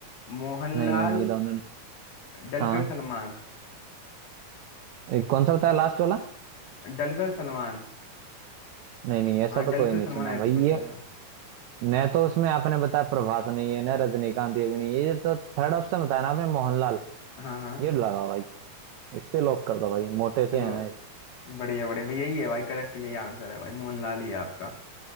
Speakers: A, on the left (about 85°); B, on the right (about 75°).
A: मोहनलाल
B: नहीं नहीं ये दोनों नहीं
A: डलकर
B: हाँ।
A: सलमान
B: ये कौन सा बताया लास्ट वाला
A: डलकर सलमान
B: नहीं नहीं ऐसा
A: हाँ
B: तो
A: डलकर
B: कोई नहीं
A: सलमान
B: सुना
A: ऐसे
B: भाई
A: कुछ
B: ये
A: है हाँ
B: न तो उसमें आपने बताया प्रभास नहीं है न रजनीकांत ये भी नहीं है ये तो थर्ड ऑप्शन बताया ना आपने मोहनलाल
A: हाँ हाँ,
B: ये लगाओ भाई इस पे लॉक कर दो भाई मोटे से
A: चलो
B: है ना
A: बढ़िया बढ़िया भाई यही है भाई करेक्ट यही आंसर है भाई मोहनलाल ही है आपका